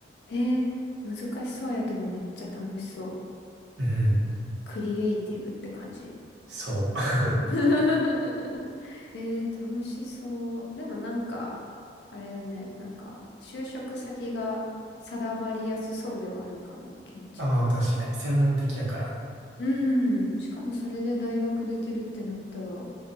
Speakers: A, on the left (about 65°); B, on the right (about 70°).
A: えー、難しそうやけどめっちゃ楽しそう。
B: うん。
A: クリエイティブって感じ。
B: そう。
A: <laughs> えー、楽しそう。でもなんか、あれだね、なんか、就職先が定まりやすそうではあるかも。
B: <laughs>
A: 建築やったら。
B: ああ、確かに。専門的やから。
A: うん。しかもそれで大学出てるってなったら、